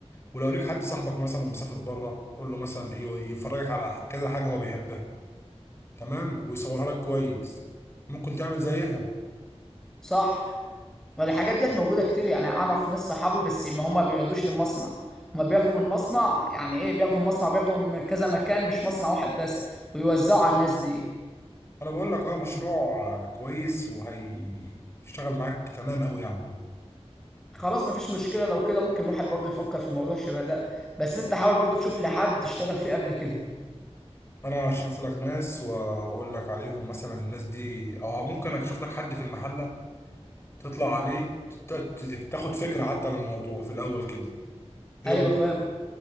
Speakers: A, on the left; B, in the centre.
A: ولو ليك حد صاحبك مثلا مسافر بره قول له مثلا ايه يفرجك على كذا حاجه هو بيحبها تمام ويصورها لك كويس ممكن تعمل زيها
B: صح الحاجات ديت موجودة كتير يعني أعرف ناس صحابي بس ما هما بيودوش للمصنع هما بياخدوا من المصنع يعني إيه بياخدوا من المصنع وبياخدوا من كذا مكان مش مصنع واحد بس ويوزعوا على الناس دي
A: انا بقول لك اه مشروع كويس وهيشتغل معاك تمام قوي يعني
B: خلاص مفيش مشكلة لو كده ممكن الواحد برضه يفكر في موضوع شبه ده بس أنت حاول برضه تشوف لحد اشتغل فيه قبل كده
A: انا اشوف لك ناس واقول لك عليهم مثلا الناس دي او ممكن اشوف لك حد في المحله تطلع عليه تت- تاخد فكره حتى عن الموضوع في الاول كده ايه
B: أيوه
A: رأيك
B: فاهم